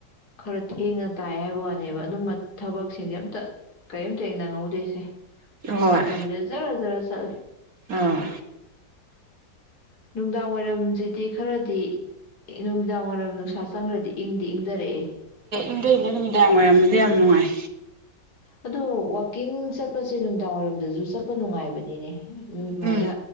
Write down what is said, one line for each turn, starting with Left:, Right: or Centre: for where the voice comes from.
Left: ꯈꯔ ꯊꯦꯡꯅ ꯇꯥꯏ ꯍꯥꯏꯕ ꯋꯥꯅꯦꯕ ꯑꯗꯨꯝ ꯊꯕꯛꯁꯤꯡꯁꯦ ꯑꯝꯇ ꯀꯔꯤꯝꯇ ꯍꯦꯛꯅꯪꯍꯧꯗꯦꯁꯦ
Right: ꯍꯣꯏ
Left: ꯃꯇꯝꯖꯦ ꯖꯔ ꯖꯔ ꯆꯠꯂꯦ
Right: ꯑꯥ
Left: ꯅꯨꯡꯗꯥꯡ ꯋꯥꯏꯔꯝꯖꯤꯗꯤ ꯈꯔꯗꯤ ꯅꯨꯡꯗꯥꯡ ꯋꯥꯏꯔꯝ ꯅꯨꯡꯁꯥ ꯆꯪꯒꯔꯗꯤ ꯏꯪꯗꯤ ꯏꯪꯗꯔꯛꯑꯦ
Right: ꯏꯗꯩꯅ ꯅꯨꯃꯤꯗꯥꯡ ꯋꯥꯏꯔꯝꯗ ꯌꯥꯝ ꯅꯨꯡꯉꯥꯏ
Left: ꯑꯗꯣ ꯋꯥꯛꯀꯤꯡ ꯆꯠꯄꯁꯦ ꯅꯨꯡꯗꯥꯡꯋꯥꯏꯔꯝꯗꯁꯨ ꯆꯠꯄ ꯅꯨꯡꯉꯥꯏꯕꯅꯤꯅꯦ ꯅꯨꯡ ꯑꯗꯨꯃꯥꯏꯅ
Right: ꯎꯝ